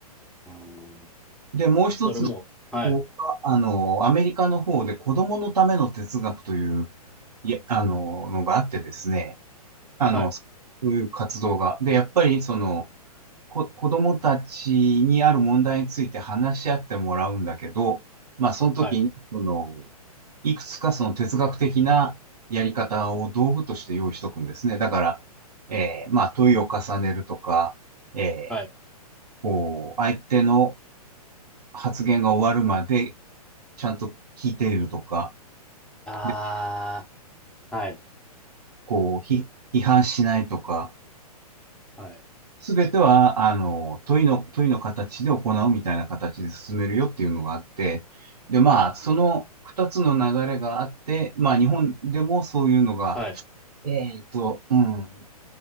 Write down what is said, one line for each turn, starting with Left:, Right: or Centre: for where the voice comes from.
Centre: うーん。
Right: で、もう一つの
Centre: それも、はい、
Right: 系統が、あの、アメリカの方で子供のための哲学という、いや、あの、のがあってですね、あの、
Centre: はい、
Right: そういう活動が。で、やっぱり、その、こ、子供たちにある問題について話し合ってもらうんだけど、まあ、その時に、
Centre: はい、
Right: その、いくつかその哲学的なやり方を道具として用意しとくんですね。だから、えーまあ、問いを重ねるとか、えー
Centre: はい。
Right: こう、相手の発言が終わるまでちゃんと聞いているとか、
Centre: あ
Right: で、
Centre: あ、はい、
Right: こう、ひ批判しないとか、
Centre: はい、
Right: すべては、あの、問いの、問いの形で行うみたいな形で進めるよっていうのがあって、で、まあ、その二つの流れがあって、まあ、日本でもそういうのが、
Centre: はい、
Right: えっと、うん、